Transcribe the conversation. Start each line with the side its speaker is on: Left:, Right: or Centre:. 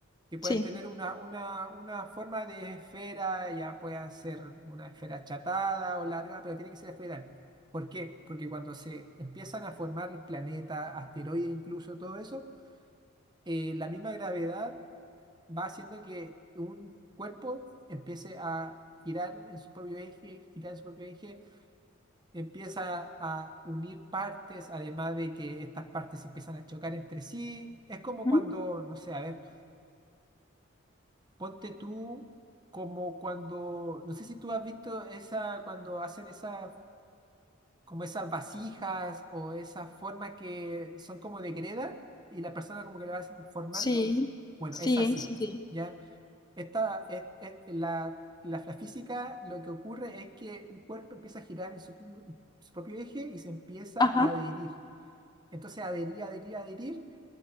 Right: que pueden
Left: Sí.
Right: tener una, una, una forma de esfera, ya puedan ser una esfera achatada o larga, pero tiene que ser esferal. ¿Por qué? Porque cuando se empiezan a formar los planetas, asteroides, incluso todo eso, eh, la misma gravedad va haciendo que un cuerpo empiece a girar en su propio eje, girar en su propio eje, empieza a unir partes, además de que estas partes se empiezan a chocar entre sí. Es como
Left: Ujú,
Right: cuando, no sé, a ver. Ponte tú como cuando, no sé si tú has visto esa, cuando hacen esas, como esas vasijas o esas formas que son como de greda y la persona como que la va formando.
Left: Sí.
Right: Bueno,
Left: Sí.
Right: es así,
Left: Sí, sí.
Right: ¿ya? Esta, es- es- la, la, la física lo que ocurre es que un cuerpo empieza a girar en su, propio- su propio eje y se empieza
Left: Ajá.
Right: a adherir. Entonces, adherir, adherir, adherir